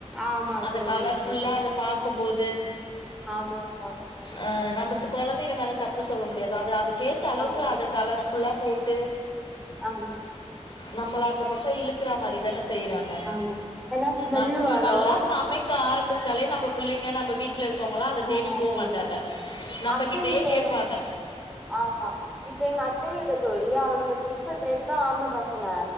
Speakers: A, in the centre; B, on the left.
A: ஆமா
B: அந்த
A: தோழி
B: கலர்ஃபுல்லா அத பாக்கும்போது
A: ஆமா ஆமாங்
B: ஆ நம்மது கொழந்தைங்க மேல தப்பு சொல்ல முடியாது அது அதுக்கேத்த அளவுக்கு
A: ஆமா
B: அத கலர் ஃபுல்லா போட்டு
A: ஆமா
B: நம்மள அந்த பக்க இழுக்கற மாரி தானே செய்றாங்க
A: ஆமா ஏன்னா ஸ்மெல்லு
B: நம்ப
A: வரு
B: நல்லா சமைக் க்க ஆரம்பிச்சாலே நம்ப பிள்ளைங்க நம்ப வீ ட்ல இருக்கவங்களா அத
A: ஆமா
B: தேடி போ
A: தோழி
B: மாட்டாங்க நம்பகிட்டயே
A: அத்த வீட்டு
B: கேப்பாங்க
A: ஆமா இப்ப எங்க அத்த வீட்ல தோழி அவனுங்க டிஃபன்ட ரெண்டு ஆம்புள பசங்க